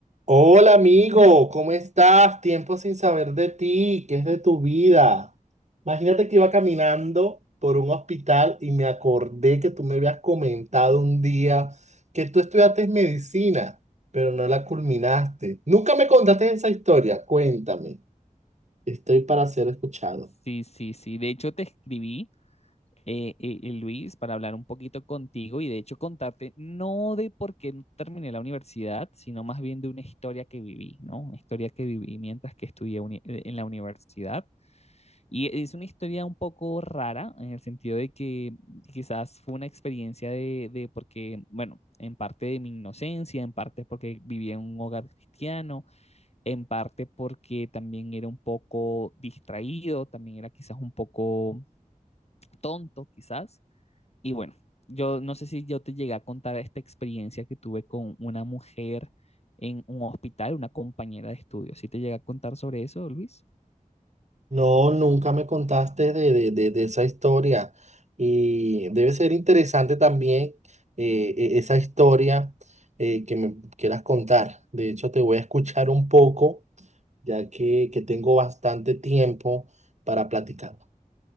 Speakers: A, on the right; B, on the left.
A: Hola amigo, ¿cómo estás? Tiempo sin saber de ti, ¿qué es de tu vida? Imagínate que iba caminando por un hospital y me acordé que tú me habías comentado un día que tú estudiaste medicina, pero no la culminaste. Nunca me contaste esa historia, cuéntame. Estoy para ser escuchado.
B: Sí, sí, sí. De hecho, te escribí, eh, eh, eh, Luis, para hablar un poquito contigo y de hecho contarte no de por qué no terminé la universidad, sino más bien de una historia que viví, ¿no? Una historia que viví mientras que estudié uni- eh, en la universidad. Y es una historia un poco rara en el sentido de que quizás fue una experiencia de, de porque, bueno, en parte de mi inocencia, en parte porque viví en un hogar cristiano en parte porque también era un poco distraído, también era quizás un poco tonto, quizás. Y bueno, yo no sé si yo te llegué a contar esta experiencia que tuve con una mujer en un hospital, una compañera de estudio. ¿Sí te llegué a contar sobre eso, Luis?
A: No, nunca me contaste de, de- de- de esa historia y debe ser interesante también eh, e- esa historia eh, que me quieras contar. De hecho, te voy a escuchar un poco, ya que, que tengo bastante tiempo para platicar.